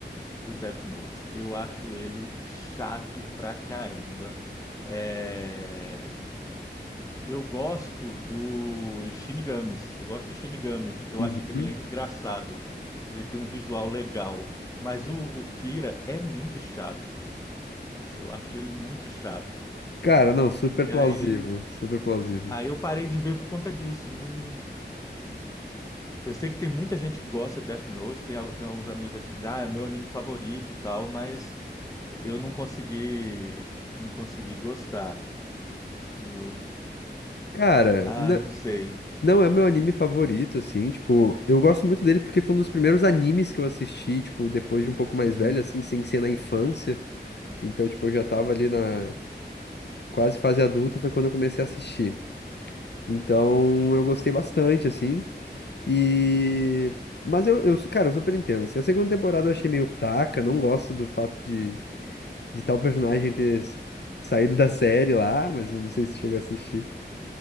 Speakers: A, on the left; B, on the left.
A: do Death Note. Eu acho ele chato pra caramba. É, eu gosto do Shinigamis. Eu gosto do Shinigami. Eu
B: Uhum.
A: acho engra- ele é engraçado. Ele tem um visual legal. Mas o, o Kira é muito chato. Eu acho ele muito chato.
B: Cara, não, super
A: E
B: plausível,
A: aí,
B: super plausível.
A: aí eu parei de ver por conta disso. Não... Eu sei que tem muita gente que gosta de Death Note, tem, al- tem alguns amigos que dizem, ah, é meu anime favorito e tal, mas eu não consegui, não consegui gostar. Eu,
B: Cara,
A: ah,
B: na-
A: não sei.
B: não é meu anime favorito, assim, tipo, eu gosto muito dele porque foi um dos primeiros animes que eu assisti, tipo, depois de um pouco mais
A: Uhum.
B: velho, assim, sem ser na infância. Então, tipo, eu já tava ali na quase fase adulta, foi quando eu comecei a assistir. Então, eu gostei bastante, assim. E. Mas eu, eu, su- cara, eu super entendo. Assim, a segunda temporada eu achei meio fraca, não gosto do fato de, de tal personagem ter s- saído da série lá, mas eu não sei se tu chegou a assistir.